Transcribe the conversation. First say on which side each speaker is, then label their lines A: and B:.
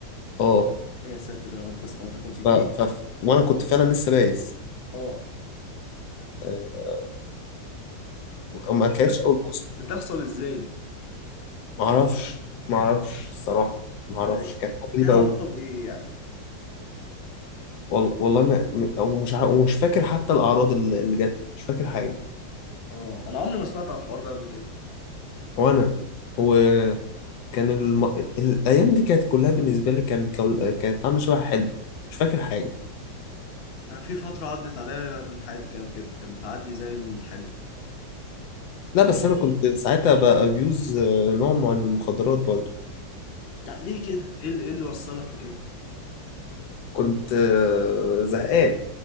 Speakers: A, on the left; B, on the left.
A: اه
B: يا ساتر يا رب بس انت كنت
A: ف...
B: كبير
A: ف... وأنا كنت فعلا لسه بايس
B: اه
A: آه... وما
B: طب ودي
A: كانتش
B: بتح-
A: أول بوصة
B: بتحصل ازاي دي
A: معرفش معرفش الصراحة معرفش
B: ده
A: كانت حاجة غريبة
B: لها
A: أوي
B: علاقة بإيه يعني
A: والله والله ما... م- ومش ع... ومش فاكر حتى الأعراض اللي اللي جات لي مش فاكر حاجة
B: اه انا عمري ما سمعت عن الحوار ده قبل كده
A: وأنا وكان الم... الأيام دي كانت كلها بالنسبة لي كان كان- كانت عاملة شبه حلم مش فاكر حاجة
B: انا في فترة عدت عليا من حياتي كانت كده كانت بتعدي زي الحلم
A: لا
B: لو
A: بس
B: جيت
A: انا كنت ساعتها بابيوز نوع معين من المخدرات برضو
B: لا ليه كده ايه اللي ايه اللي وصلك لكده
A: فكنت آه، زهقان